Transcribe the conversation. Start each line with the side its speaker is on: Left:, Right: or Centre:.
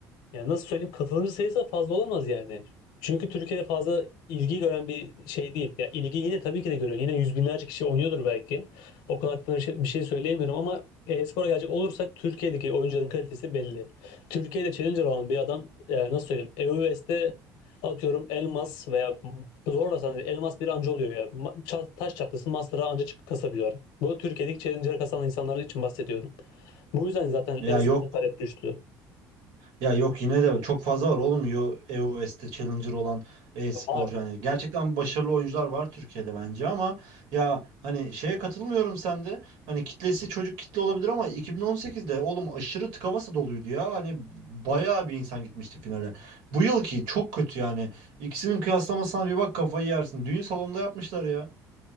Left: yani nasıl söyleyeyim katılımcı sayısı fazla olamaz yani. Çünkü Türkiye'de fazla ilgi gören bir şey değil. Ya ilgi yine tabii ki de görüyor. Yine yüz binlerce kişi oynuyordur belki. O konu hakkında bir şey, bir şey söyleyemiyorum ama e-spora gelecek olursak Türkiye'deki oyuncuların kalitesi belli. Türkiye'de challenger olan bir adam e, nasıl söyleyeyim EUS'te atıyorum Elmas veya zorlasan Elmas bir anca oluyor ya. Ma- ça- Taş çatlası Master'a anca çık- kasabiliyor. Bu Türkiye'deki challenger'a kasan insanlar için bahsediyorum. Bu yüzden zaten
Right: Ya
Left: e-spora
Right: yok
Left: talep düştü.
Right: Ya yok yine de çok fazla var olmuyor EOS'te Challenger olan e-sporcu
Left: Ya Var.
Right: hani gerçekten başarılı oyuncular var Türkiye'de bence ama ya hani şeye katılmıyorum sende hani kitlesi çocuk kitle olabilir ama 2018'de oğlum aşırı tıka basa doluydu ya hani bayağı bir insan gitmişti finale. Bu yılki çok kötü yani ikisinin kıyaslamasına bir bak kafayı yersin düğün salonunda yapmışlar ya.